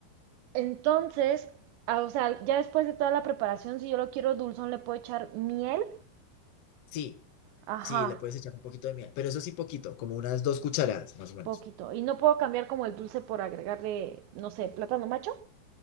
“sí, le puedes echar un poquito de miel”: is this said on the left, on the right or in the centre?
Left